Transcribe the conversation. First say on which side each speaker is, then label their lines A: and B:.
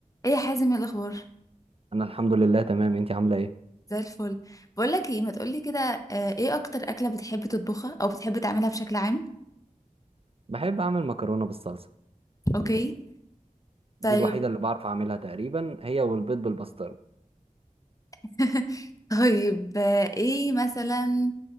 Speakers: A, on the left (about 25°); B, on the right (about 45°).
A: ايه يا حازم ايه الاخبار
B: انا الحمد لله تمام انتي عامله ايه
A: زي الفل بقول لك ايه ما تقولي كده آه، ايه اكتر اكله بتحب تطبخها او بتحب تعملها بشكل عام
B: بحب اعمل مكرونه بالصلصه
A: اوكي
B: دي
A: طيب
B: الوحيده اللي بعرف اعملها تقريبا هي والبيض بالبسطرمه
A: <laughs> طيب آه، ايه مثلا